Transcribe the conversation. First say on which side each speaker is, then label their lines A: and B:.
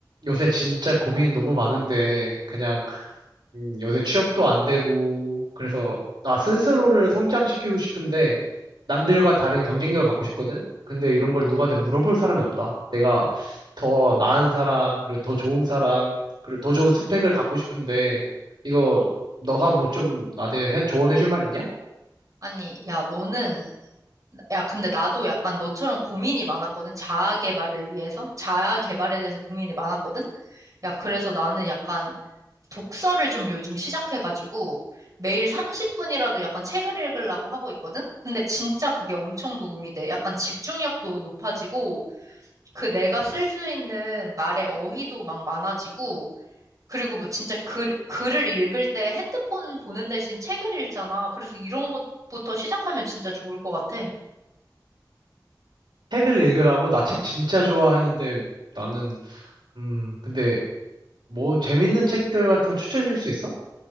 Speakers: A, on the right (about 85°); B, on the right (about 50°).
A: 요새 진짜 고민이 너무 많은데, 그냥, 음, 요새 취업도 안 되고, 그래서 나 스스로를 성장시키고 싶은데, 남들과 다른 경쟁력을 갖고 싶거든? 근데 이런 걸 누구한테 물어볼 사람이 없다. 내가 더 나은 사람, 그리고 더 좋은 사람, 그리고 더 좋은 스펙을 갖고 싶은데, 이거, 너가 뭐 좀 나한테 해- 조언해줄 말 있냐?
B: 아니, 야, 너는, 야, 근데 나도 약간 너처럼 고민이 많았거든. 자아 개발을 위해서? 자아 개발에 대해서 고민이 많았거든? 야, 그래서 나는 약간 독서를 좀 요즘 시작해가지고 매일 30분이라도 약간 책을 읽으려고 하고 있거든? 근데 진짜 그게 엄청 도움이 돼. 약간 집중력도 높아지고 그 내가 쓸 수 있는 말의 어휘도 막 많아지고 그리고 뭐 진짜 글, 글을 읽을 때 핸드폰 보는 대신 책을 읽잖아. 그래서 이런 것부터 시작하면 진짜 좋을 것 같아.
A: 책을 읽으라고, 나 책 진짜 좋아하는데, 나는, 음, 근데, 뭐, 재밌는 책들 같은 거 추천해줄 수 있어?